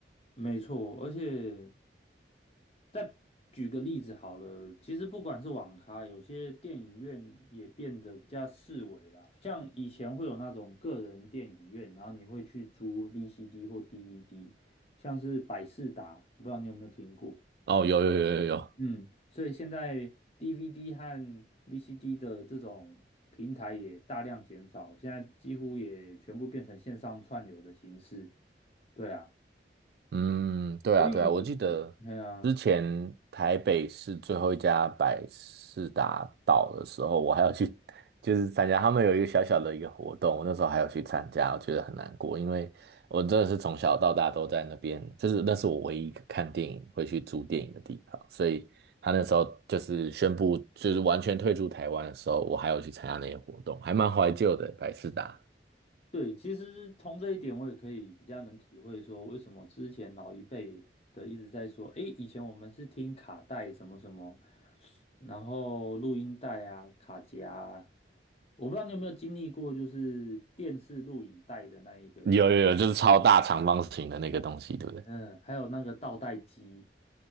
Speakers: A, on the left; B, on the right.
A: 没错，而且再举个例子好了，其实不管是网咖，有些电影院也变得比较四维啦。像以前会有那种个人电影院，然后你会去租 VCD 或 DVD，像是百视达，不知道你有没有听过？
B: 哦，有有有有有，
A: 嗯，所以现在 DVD 和 VCD 的这种平台也大量减少，现在几乎也全部变成线上串流的形式。对啊，
B: 嗯，对啊，
A: 所以，
B: 对啊，我记得之前台北市最后一家百事达倒的时候，
A: 对啊。
B: 我还要去，就是参加他们有一个小小的一个活动，我那时候还有去参加，我觉得很难过，因为我真的是从小到大都在那边，就是那是我唯一一个看电影会去租电影的地方，所以他那时候就是宣布就是完全退出台湾的时候，我还有去参加那些活动，还蛮怀旧的，百事达
A: 对，其实从这一点我也可以比较能体会说，为什么之前老一辈的一直在说，诶，以前我们是听卡带什么什么，然后录音带啊、卡夹啊，我不知道你有没有经历过，就是电视录影带的那一个年，
B: 有有有，就是超大长方形的那个东西，对不对？
A: 嗯，还有那个倒带机，